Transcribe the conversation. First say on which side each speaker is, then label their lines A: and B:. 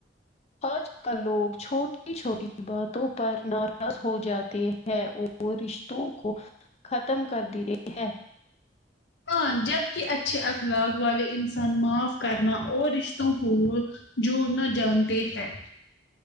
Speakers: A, on the left; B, on the left.
A: آج کل لوگ چھوٹی چھوٹی باتوں پر ناراض ہو جاتے ہے اور رشتوں کو ختم کر دی ہے
B: ہاں جبک اچھے اخلاق والے انسان معاف کرنا اور رشتوں کوول جوڑنا جانتے ہیں